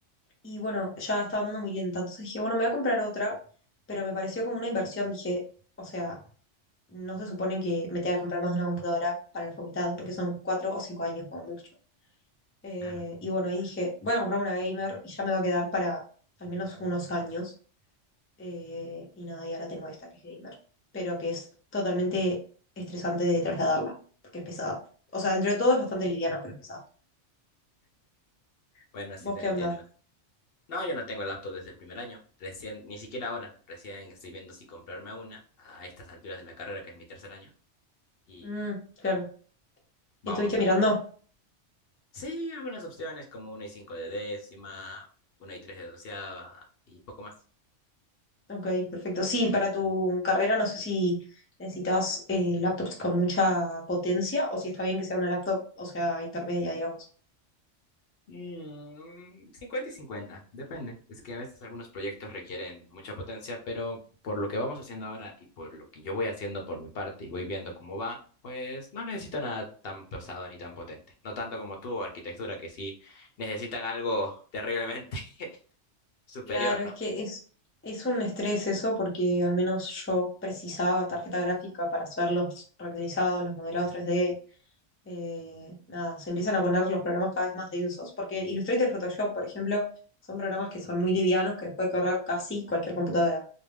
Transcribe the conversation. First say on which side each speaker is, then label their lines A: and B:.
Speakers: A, on the left; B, on the left.
A: y bueno, ya estaba andando muy lenta. Entonces dije, bueno, me voy a comprar otra, pero me pareció como una inversión. Dije, o sea, no se supone que me tenga que comprar más de una computadora para la facultad, porque son cuatro o cinco años como mucho. Eh,
B: Claro.
A: y bueno, ahí dije, voy a comprarme una gamer y ya me va a quedar para al menos unos años. Eh, y nada, y ahora tengo esta que es gamer, pero que es totalmente estresante de trasladarla, porque es pesada. O sea, dentro de todo es bastante liviana, pero es pesada.
B: Bueno, sí
A: ¿Vos
B: te
A: qué
B: entiendo.
A: onda?
B: No, yo no tengo laptop desde el primer año. Recién, ni siquiera ahora. Recién estoy viendo si comprarme una a estas alturas de la carrera, que es mi tercer año. Y
A: Mm, claro.
B: vamos
A: ¿Y estuviste mirando?
B: a ver. Sí, algunas opciones como una y cinco de décima, una y tres de doceava y poco más.
A: Ok, perfecto. Sí, para tu carrera no sé si necesitas eh, laptops con mucha potencia o si está bien que sea una laptop, o sea, intermedia, digamos.
B: Mm, 50 y 50 depende. Es que a veces algunos proyectos requieren mucha potencia, pero por lo que vamos haciendo ahora y por lo que yo voy haciendo por mi parte y voy viendo cómo va, pues no necesito nada tan pesado ni tan potente. No tanto como tú, arquitectura, que sí necesitan algo terriblemente <laughs> superior,
A: Claro,
B: ¿no?
A: es que es, es un estrés eso, porque al menos yo precisaba tarjeta gráfica para hacer los renderizados, los modelados tres d eh, nada, se empiezan a poner los programas cada vez más densos, porque Illustrator y Photoshop, por ejemplo, son programas que son muy livianos, que los puede correr casi cualquier computadora.